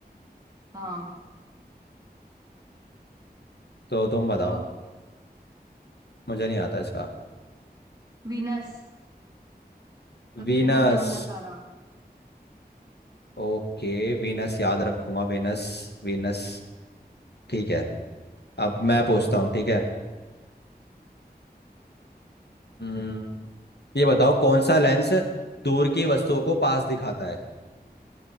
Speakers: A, on the right; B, on the left.
A: हाँ
B: तो तुम
A: बताओ
B: बताओ मुझे नहीं आता इसका
A: वीनस सबसे
B: वीनस
A: चमकने वाला तारा
B: ओके वीनस याद रखूंगा वीनस वीनस ठीक है अब मैं पूछता हूँ ठीक है हम्म, ये बताओ कौन सा लेंस दूर की वस्तुओं को पास दिखाता है